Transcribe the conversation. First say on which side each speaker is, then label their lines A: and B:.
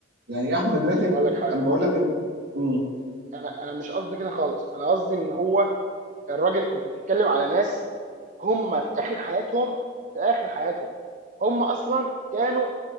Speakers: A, on the right; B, on the right.
A: يعني إيه احمد
B: بص
A: راتب
B: هقول لك حاجه
A: انا بقول لك إن- مم.
B: انا انا مش قصدي كده خالص انا قصدي ان هو الراجل انت بتتكلم على ناس هم في اخر حياتهم في اخر حياتهم هم اصلا كانوا